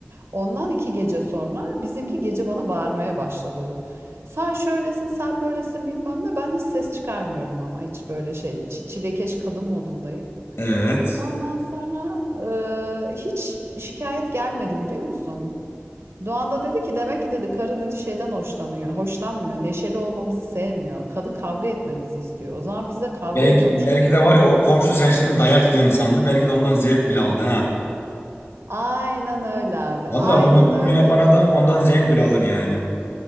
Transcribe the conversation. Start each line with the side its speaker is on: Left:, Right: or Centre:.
Right: Ondan iki gece sonra bizimki gece bana bağırmaya başladı. Sen şöylesin, sen böylesin bilmem ne. Ben hiç ses çıkarmıyorum ama hiç böyle şey çilekeş kadın modundayım.
Left: Evet.
Right: Ondan sonra e, hiç şikayet gelmedi biliyor musun? Doğan da dedi ki demek ki dedi karı dedi şeyden hoşlanıyor, hoşlanmıyor, neşeli olmamızı sevmiyor. Kadın kavga etmemizi istiyor. O zaman biz de kavga
Left: Belki,
Right: ediyormuş
Left: belki
Right: gibi yapalım.
Left: de var ya o komşu sen şimdi dayak yiyorsun sandı. Belki de ondan zevk bile aldı ha.
Right: Aynen öyle abi.
Left: Vallahi
Right: Aynen
Left: bunu
Right: öyle.
Left: bunu yapan adam ondan zevk bile alır yani.